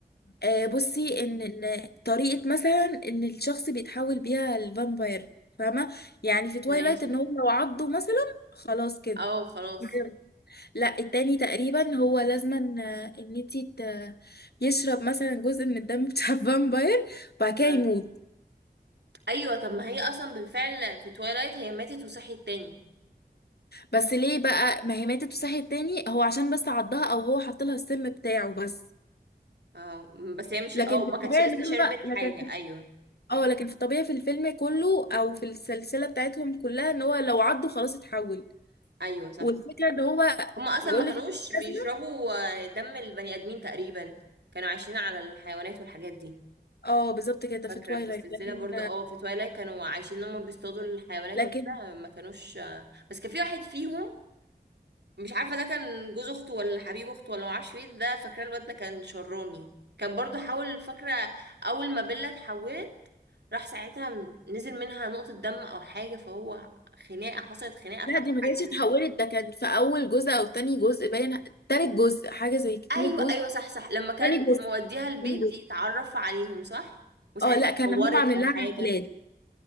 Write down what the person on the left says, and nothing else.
آه بصي ان إن طريقة مثلا ان الشخص بيتحول بيها الفامباير فاهمة يعني في توايلايت
ان هو لو عضه مثلا خلاص كده
بجد. لا التاني تقريبا هو لازما آه، ان انتي ت- يشرب مثلا جزء من الدم بتاع <laughs> الفامباير وبعد كده
يموت
بس ليه بقى ما هي ماتت وصحيت تاني هو عشان بس عضها او هو حط لها السم بتاعه بس
لكن
في
الطبيعي
ان
هما لكن
في-
اه لكن في الطبيعي في الفيلم كله او في السلسله بتاعتهم كلها ان هو لو عضه خلاص اتحول
والفكره ان هو
يقول
لك
لازمه.
اه بالظبط كده
في تويلايت
لكن
لكن
لا
دي ما
كانتش
اتحولت
ده كان في اول جزء او تاني جزء باين تالت جزء حاجه زي كده.
تالت جزء
تاني جزء
تاني جزء
اه لا كان
هم عاملين
لها
عمليات